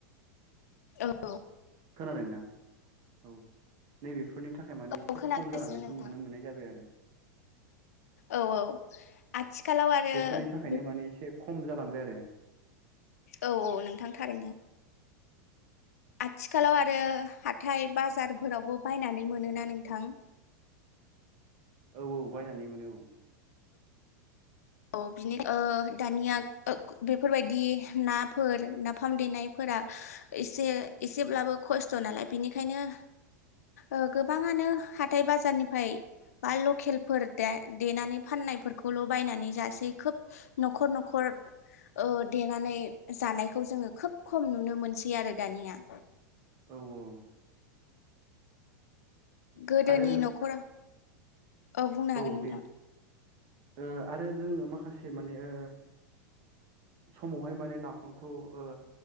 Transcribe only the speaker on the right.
खोनादोंना औ नै बेफोरनि थाखा खाय माने एसे
खम जालांनायखौ
नुनो मोननाय जाबाय आरो।
बेफोरनि थाखायनो
माने एसे खम जालांबाय आरो।
औ औ बायनानै मोनो औ।
औ औ।
आरो
औ
दे ओ आरो जोङो माखासे माने ओ समावहाय माने नाफामखौ ओ